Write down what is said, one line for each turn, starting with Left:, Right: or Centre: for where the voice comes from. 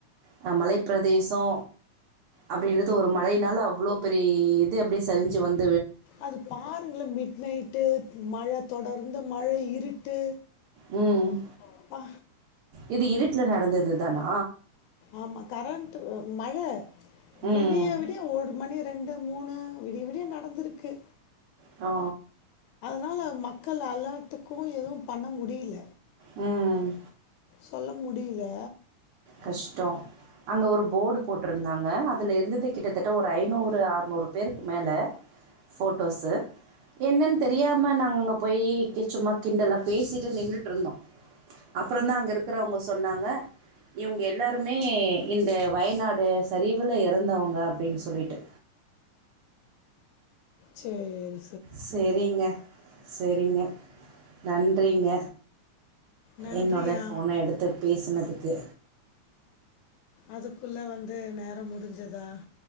Right: அ மலைப்பிரதேசொ அப்டின்றது ஒரு மழைனால அவ்ளோ பெரிய இது அப்டியே சரிஞ்சு வந்
Left: அது பாருங்களெ மிட் நைட்டு மழ தொடர்ந்து மழ இருட்டு
Right: ம்
Left: அப்பா
Right: இது இருட்ல நடந்தது தானா
Left: ஆமா கரண்ட்டு ஒ மழ
Right: ம்.
Left: விடிய விடிய ஒடு மணி ரெ ண்டு மூணு விடிய விடிய நடந்துருக்கு
Right: ஆ
Left: னால மக்கள் அலாட்டுக்கு எதுவு பண்ண முடியில
Right: ம்
Left: தள்ள முடியில
Right: கஷ்டொ அங்க ஒரு போர்டு போட்ருந்தாங் ங அதுல இருந்தது கிட்டத்தட்ட ஒரு ஐநூறு ஆறுநூறு பேருக்கு மேல ஃபோட்டோஸு என்னனு தெரியாம நாங்க அங்க போய் கி சும்மா கிண்டலா பேசிட்டு நின்னுட்ருந்தோ அப்பறோந்தா அங்க இருக்கிறவங்க சொன்னாங்க இவங்க எல்லாருமே இந்த வயநாடு சரிவுல எறந்தவங்க அப்டினு சொல்லிட்டு
Left: சேரி
Right: சேரிங்க சேரிங்க நன்றிங்க
Left: நன்றியா
Right: என்னோட ஃபோன எடுத்து பேசனதுக் து
Left: அதுக்குள்ள வந்து நேரோ முடிஞ்சுதா